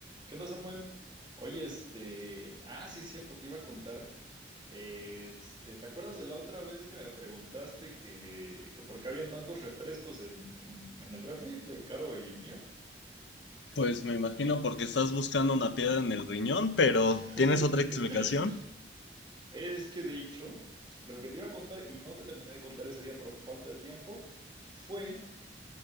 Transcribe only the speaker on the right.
¿Qué onda, Samuel? Oye, este, ah, sí es cierto, te iba a contar. Este, ¿te acuerdas de la otra vez que me preguntaste que, que por qué habían tantos refrescos en, en, en el refri de Caro y mío?
<laughs>
Es que de hecho, lo que te iba a contar y no te terminé de contar ese día por falta de tiempo fue